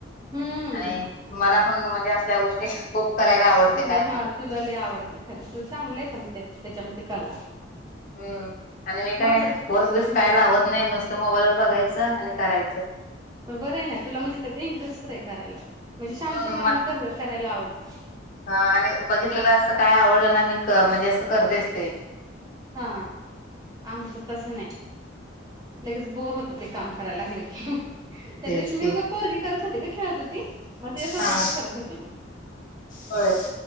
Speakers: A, on the right (about 20°); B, on the left (about 45°).
A: हम्म
B: आणि मला पण म्हणजे असल्या गोष्टी खूप करायला आवडते,
A: तुला
B: काय
A: हा
B: पण
A: तुला लय आवडते खरं, तर चांगलेय पण ते त्याच्यामध्ये कला.
B: हम्म, आणि मी
A: माणसाची
B: काय वर्स बीस
A: हम्म
B: काय लावत नाय, नुसतं मोबाईल वर बघायचं आणि करायचं.
A: बरंय ना, तुला म्हणजे त्यात इंटरेस्ट तरी आहे करायला. म्हणजे शांत
B: हम्म
A: मनानं
B: मग
A: कर करायला आवडते.
B: आणि बघितलेलं असं काय आवडलं ना, मी म्हणजे असं करतेच ते.
A: हा, आमचं तसं नाही लगेच बोर होत ते काम करायला लागलं की. त्या
B: तेच
A: दिवशी
B: की
A: मी उगं पोरगी करत होते ग खेळत होती, मग तिच्या सोबतच
B: हा
A: करत होते मी.
B: होय.